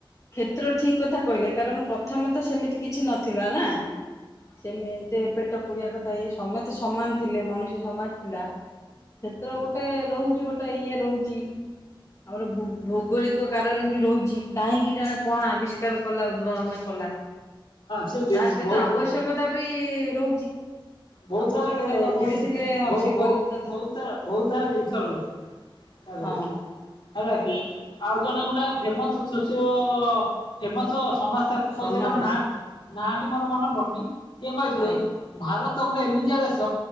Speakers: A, on the left; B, on the left.
A: ପତ୍ର ଠିକ୍ କଥା କହିଲେ କାରଣ ପ୍ରଥମେ ତ ସେମିତି କିଛି ନଥିଲା ନାଁ ଛେମେ ପ <inaudible> ତ ଇ ସମେ ତ ସମାନ ଥିଲେ ମଣିଷ ସମାନ ଥିଲା। କ୍ଷେତ୍ର ଗୋଟେ ରହୁଛି ଆଛି ଗୋଟେ ଇଏ ରହୁଛି ଆମର ଭୌଗୋଳିକ କାରଣ ବି ରହୁଛି କାହିଁକି ଜଣେ କଣ ଆବିଷ୍କାର କଲା ଉଦ୍ଭାବନା କଲା।
B: ସେ ବହୁତ
A: ତା ସହିତ ଆବଶ୍ୟକତା ବି ଇ ରହୁଛି।
B: ବହୁତ
A: ଆବଶ୍ୟକତା
B: ସାରା
A: ନ
B: ଜିନଷ
A: ପଡିଥିଲେ ହଁ
B: ବ
A: ସିଏ
B: ଭ ଭୋ
A: କରିବି ନଥା
B: ବହୁତ ସାରା ବହୁତ ସାରା ଜିନିଷ ରହୁଛି। <unintelligible>
A: ହଁ
B: ହେଲା କି? ଆଉ ଜଣେ ଗୋଟେ ଫେମସ ଶୋଷିଓ ସମାଜ
A: ସମାଜ
B: କହିଛ ତାଙ୍କ
A: ଆସି
B: ନା ନା ମୋର ମନ ପଡୁନି ସିଏ କହିଥିଲ
A: ହଁ
B: ଭାରତ ତ ଗୋଟେ ଏମିତିଆ ଦେଶ